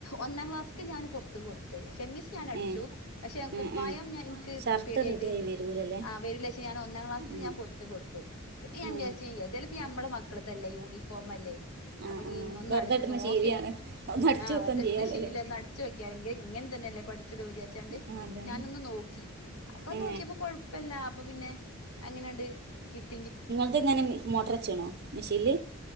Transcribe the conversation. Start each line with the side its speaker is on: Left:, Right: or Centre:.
Left: ഒന്നാം ക്ലാസ്സക്ക് ഞാൻ പൊറത്ത് കൊടുത്ത്. ഷെമ്മീസ് ഞാൻ അടിച്ചു.
Right: ഏ
Left: പക്ഷെ കുപ്പായം
Right: ഏ ഏ
Left: ഞാൻ എനിക്ക്
Right: ഷർട്ട്
Left: പേടിയായിട്ട്
Right: റെഡി ആയി വരൂലല്ലേ
Left: ആ വെരുലെ ച്ച് ഒന്നാം ക്ലാസിൽ
Right: ഉം
Left: ഞാൻ പുറത്ത് കൊടുത്തു. പിന്നെ ഞാന്
Right: ഏ
Left: വിചാരിച്ചു മ്മളെ മക്കളതല്ലേ യൂണിഫോം ഫോമല്ലേ
Right: ആ
Left: അപ്പൊ നീ
Right: ആ
Left: ഒന്ന്
Right: വെറുതെട്ടണ
Left: അടിച്ചു നോക്കിയോ,
Right: ശീലയാണ് ഒന്ന് അടിച്ചു
Left: ആ
Right: നോക്കാൻ
Left: വെറ്തെ ഇട്ടിന്റെ
Right: ചെയ്യാലോല്ലേ
Left: ശീലം ഒന്ന് അടച്ച് വെക്യാണെങ്കില് ഇങ്ങനെത്തന്നെ പഠിച്ചത് വിചാരിച്ചാണ്ട്
Right: ആ അതന്നെ
Left: ഞാനൊന്ന് നോക്കി അപ്പൊ
Right: ഏ
Left: നോക്കിയപ്പോ കൊഴപ്പില്ല. അപ്പൊ പിന്നെ അങ്ങനെയണ്ട് കിട്ടി.
Right: നിങ്ങൾത് എങ്ങനെ മോട്ടർ വച്ചാണോ മെഷീനില്.